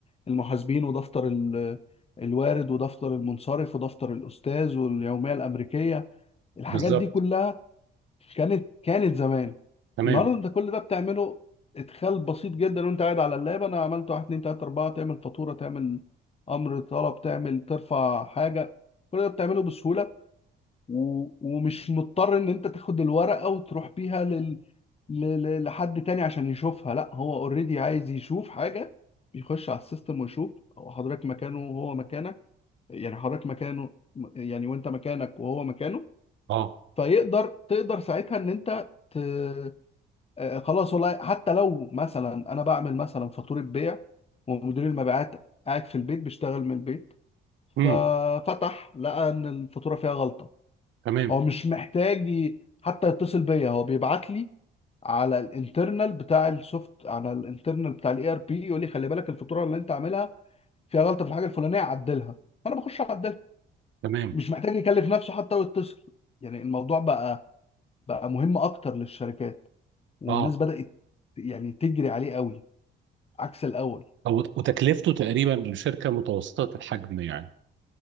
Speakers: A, on the left; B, on the right.
A: المحاسبين ودفتر ال الوارد ودفتر المنصرف ودفتر الاستاذ واليوميه الامريكيه الحاجات
B: بالظبط
A: دي كلها كانت كانت زمان
B: تمام
A: النهارده انت كل ده بتعمله ادخال بسيط جدا وانت قاعد على اللاب انا عملت واحد اتنين تلاته اربعه تعمل فاتوره تعمل امر طلب تعمل ترفع حاجه كل ده بتعمله بسهوله و... ومش مضطر ان انت تاخد الورقه وتروح بيها لل... ل... ل... لحد تاني عشان يشوفها لا هو اوريدي عايز يشوف حاجه بيخش على السيستم ويشوف حضرتك مكانه وهو مكانك يعني حضرتك مكانه يعني وانت مكانك وهو مكانه
B: اه
A: فيقدر تقدر ساعتها ان انت ت... آه، آه، خلاص والله حتى لو مثلا انا بعمل مثلا فاتوره بيع ومدير المبيعات قاعد في البيت بيشتغل من البيت
B: امم
A: ففتح لقى ان الفاتوره فيها غلطه
B: تمام
A: هو مش محتاج ي- حتى يتصل بيا هو بيبعت لي على الانترنال بتاع السوفت على الانترنال بتاع الاي ار بي يقول لي خلي بالك الفاتوره اللي انت عاملها فيها غلطه في الحاجه الفلانيه عدلها فانا بخش اعدلها
B: تمام
A: مش محتاج يكلف نفسه حتى ويتصل يعني الموضوع بقى بقى مهم اكتر للشركات والناس
B: اه
A: بدأت يعني تجري عليه قوي عكس الأول
B: أو... وتكلفته تقريبا لشركه متوسطه الحجم يعني